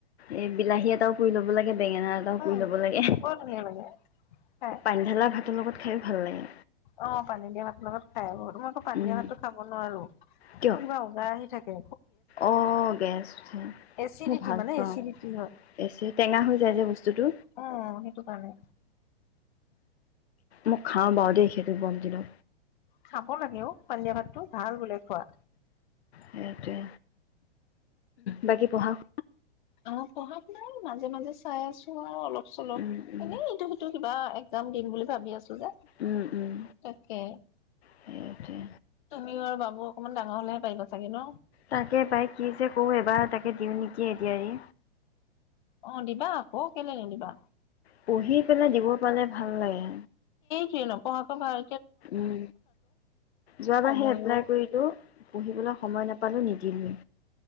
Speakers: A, on the left; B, on the left.
A: এ বিলাহী এটাও পুৰি ল'ব লাগে বেঙেনা
B: উম,
A: কৰিু লব লাগে
B: বৰ ধুনীয়া লাগে খাই।
A: পানী ঢালা ভাতৰ লগত খাই ভাল লাগে
B: অঁ পানী দিয়া ভাত লগত খাই বহুত তোম আকৌ পান
A: উম
B: দিয় ভাতটো খাব নোৱাৰো
A: কিয়
B: কিবা উজা আহি থাকেু
A: অঁ গেছ উঠে
B: এচিডিটি
A: মই ভাল
B: মানে
A: পাওঁ
B: এচিডিটি
A: গে টেঙা হৈ যায় যে বস্তুটো
B: অঁ সেইটো কাৰণে
A: মোক খাওঁ বাৰু দেই সেইহঁ বম দিল
B: খাব লাগে অ' পানিয়ীয়া ভাতটো ভাল বোলে খোৱা
A: সেইটোৱে বাকী পঢ়া খ
B: অঁ পঢ়া শু নাই মাজে মাজে চাই আছো আৰু অলপ চলো
A: উম উম
B: এনেই সটো সিটো কিবা াম দিম বুলি ভাবি আছো যে
A: উম উম
B: তাকে
A: সেইটোৱে
B: সিও আৰু বাবু অকণমান ডাঙৰ হলেহে পাৰিব চাগে ন
A: তাকে পাই কি যে কৰো এইবাৰ তাকে দিওঁ নেকি এডিআৰই
B: অ দিবা আকৌ কেলে নদিবা
A: পঢ়ি পেলাই দিব পালে ভাল লাগে
B: স ন পা ক ভাল
A: উম যোৱাবাৰ
B: সময়ো
A: সেই এপ্লাই কৰিলো পঢ়িবলৈ সময় নাপালো নিদি দি